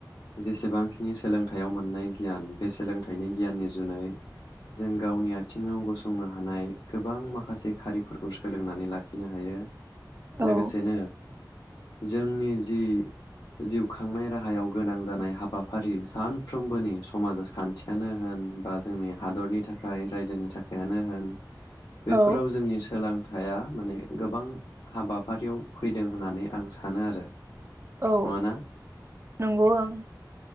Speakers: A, on the left; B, on the right.
A: जेसेबांखिनि सोलोंथाइयाव मोननाय गियान बे सोलोंथाइनि गियाननि जुनै जों गावनि आथिङाव गसंनो हानाय गोबां माखासे खारिफोरखौ सोलोंनानै लाखिनो हायो। लोगोसेनो
B: औ
A: जोंनि जि जिउ खांनाय राहायाव गोनां जानाय हाबाफारि सानफ्रोमबोनि समाज खान्थियानो होन बा जोंनि हादरनि थाखाय रायजोनि थाखायानो होन बेफोराव
B: औ
A: जोंनि सोलों थाया माने गोबां हाबाफारियाव फै दों होननानै आं सानो आरो।
B: औ
A: नङाना
B: नंगौ ओं।